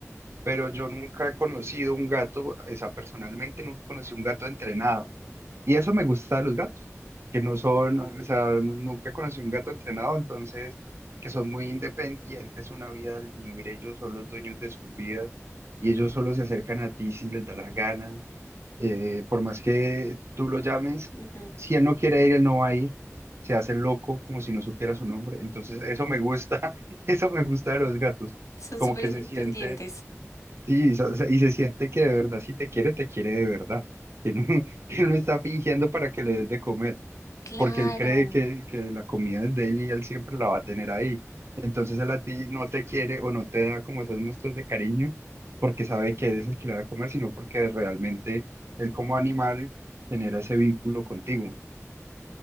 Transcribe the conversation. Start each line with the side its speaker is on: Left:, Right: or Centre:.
Right: pero yo nunca he conocido un gato, o sea, personalmente nunca conocí un gato entrenado. Y eso me gusta de los gatos, que no son, o sea, nunca conocí un gato entrenado, entonces, que son muy independientes, una vida libre, ellos son los dueños de sus vidas y ellos solo se acercan a ti si les da la gana. Eh, por más que tú lo llames,
Left: ujú,
Right: si él no quiere ir, él no va a ir. Se hace loco como si no supiera su nombre. Entonces, eso me gusta, <laughs> eso me gusta de los gatos.
Left: Son
Right: Como
Left: súper
Right: que
Left: independientes.
Right: se siente, sí, y se, y se siente que de verdad, si te quiere, te quiere de verdad. Que no, <laughs> que no está fingiendo para que le des de comer
Left: Claro.
Right: porque él cree que, que la comida es de él y él siempre la va a tener ahí. Entonces él a ti no te quiere o no te da como esas muestras de cariño porque sabe que eres el que la va a comer, sino porque realmente él como animal genera ese vínculo contigo.